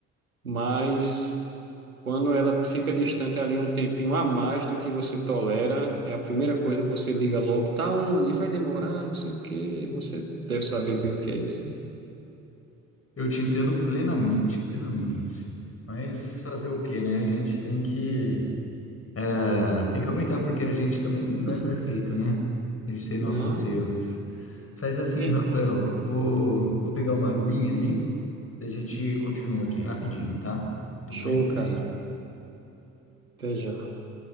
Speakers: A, on the right (about 80°); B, on the left (about 35°).
A: mas Quando ela fica distante ali um tempinho a mais do que você tolera, é a primeira coisa que você liga logo, tá onde? Vai demorar, não sei o quê. Você deve saber bem o que é isso.
B: Eu te entendo plenamente, plenamente. Mas fazer o quê, né? A gente tem que Ah, tem que aguentar, porque a gente também não
A: né?
B: é
A: <laughs>
B: perfeito, né? A gente tem nossos
A: Não?
B: erros. Faz assim,
A: É.
B: Rafael, vou, vou pegar uma aguinha ali, daí a gente continua aqui rapidinho, tá? Tô
A: Show,
B: morrendo de
A: cara.
B: sede aqui.
A: Até já.